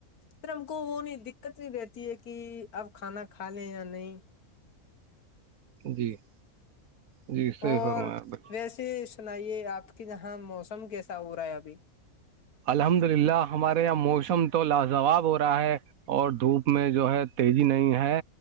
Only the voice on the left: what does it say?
پ ہم کو وہ نہیں دقت نہیں رہتی ہے کہ اپ کھانا کھا لیں یا نہیں
اور
ویسے سنائیے آپ کے جاں موسم کیسا ہو رہا ہے ابھی